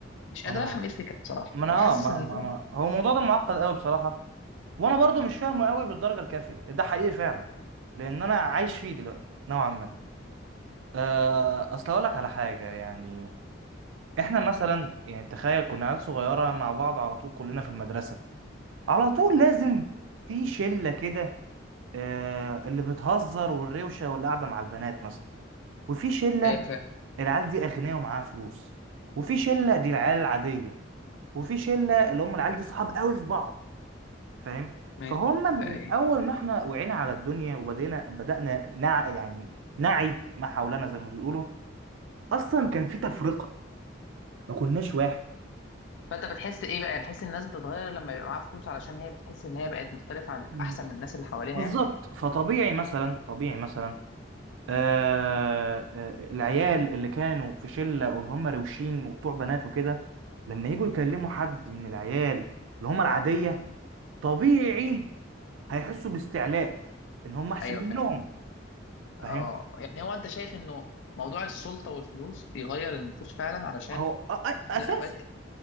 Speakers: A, on the left (about 65°); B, on the right (about 75°).
A: مش قادر
B: انا
A: افهم ايه الفكره بصراحه
B: ما انا
A: وحاسس
B: اه ما
A: ان
B: ما
A: انا
B: انا هو الموضوع ده معقد قوي بصراحه وانا برضو مش فاهمه قوي بالدرجه الكافيه ده حقيقي فعلا لان انا عايش فيه دلوقتي نوعا ما آه، اصل اقول لك على حاجه يعني احنا مثلا يعني تخيل كنا عيال صغيره مع بعض على طول كلنا في المدرسه على طول لازم في شله كده آه، اللي بتهزر والروشه واللي قاعده مع البنات مثلا وفي شله
A: ايوه فاهم
B: العيال دي اغنياء ومعاها فلوس وفي شله دي العيال العاديه وفي شله اللي هم العيال دي صحاب قوي في بعض فاهم
A: ماشي
B: فهم
A: بقى
B: من
A: ايه
B: اول ما احنا وعينا على الدنيا وبدينا بدأنا نع يعني نعي ما حولنا زي ما بيقولوا اصلا كان في تفرقة ما كناش واحد
A: فانت بتحس ايه بقى بتحس ان الناس بتتغير لما يبقى معاها فلوس علشان هي بتحس ان هي بقت مختلفه عن
B: مم.
A: احسن من الناس اللي حواليها
B: بالظبط
A: يعني
B: فطبيعي مثلا طبيعي مثلا آه آه العيال اللي كانوا في شلة واللي هم روشين وبتوع بنات وكده لما يجوا يكلموا حد من العيال اللي هم العادية طبيعي هيحسوا باستعلاء ان هم احسن
A: ايوه
B: منهم
A: فاهم
B: فاهم
A: اه يعني هو انت شايف انه موضوع السلطه والفلوس بيغير النفوس فعلا علشان
B: هو أ- أ- اساسي
A: من الاوقات